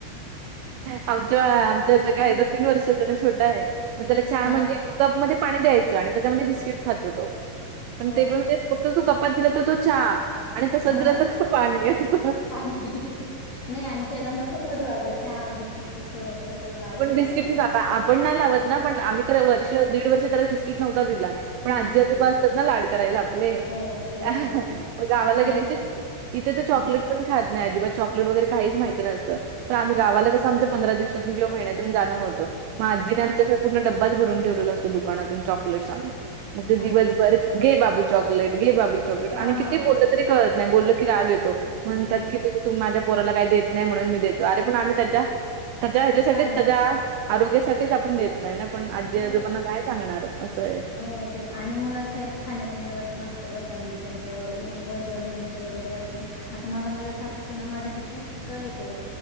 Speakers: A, on the right (about 85°); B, on the left (about 55°).
A: आमच्या आमच्याचा कायदा
B: हो.
A: तीन वर्षाचाण छोटा आहे <unintelligible> मग त्याला चहा
B: हां.
A: म्हणजे कप मध्ये पाणी द्यायचं आणि त्याच्यामध्ये बिस्किट खातो तो पण
B: हो
A: ते पण
B: का?
A: म्हणजे फत तो कपात दिला तर तो चहा. आणि तसच
B: हो.
A: दिलं तस पाणी अस
B: पाणी नाही आणि त्याला नकं करू अगं चहा बिस्किटची सवय ना त्याला लावूच
A: पण
B: नको
A: बिस्किटच
B: आणि
A: आता आपण नाही लावत ना पण आम्ही तर वर्ष दीड वर्ष त्याला बिस्किट नव्हता दिला.
B: हां.
A: पण आजी आजूबा असतात ना लाड करायला आपले.
B: हो, ते
A: आ
B: आहेच
A: ह मग गावाला
B: आणि
A: गेले
B: ते
A: तीथे इथे तर चॉकलेट
B: हां,
A: पण खात नाही अजिबात चॉक काहीच माहीती नसतं पण आम्ही गावाला
B: अच्छा,
A: कसं आमचं पंधरा दिवस किंवा महिन्यातुन
B: हो.
A: जान होत मी आजीने
B: हां,
A: आमचा पूर्ण डबाच भरून ठेवलेला असतो दुकानातून चॉकलेटस आणून मग ते
B: अच्छा.
A: दिवसभर घे बाबू चॉ चॉकलेट घे बाबू चॉकलेट
B: हां,
A: आणि किती बोललं
B: तेच
A: तरी कळत नाही बोलल की राग येतो. म्हणतात
B: हो,
A: की
B: तेच
A: तुम्ही त माझ्या पोराला काही देत नाही म्हणून मी देतो अरे पण आम्ही त्याच्या त्याच्या ह्याच्यासाठीच
B: चांगलं
A: त्याच्या आरोग्यासाठीच आपण देत नाही ना पण आजीआजोबांना
B: हो,
A: ग सांगणार असं आहे.
B: हो तेच आणि मुलांचं आहे ना खाण्यापिण्यावर पण असतं बरं का म्हणजे त्यांचं वजन उंची वगैरे असली ना आता माझा मुलगा सातवित आहे ना माझ्यापेक्षा उंच येतो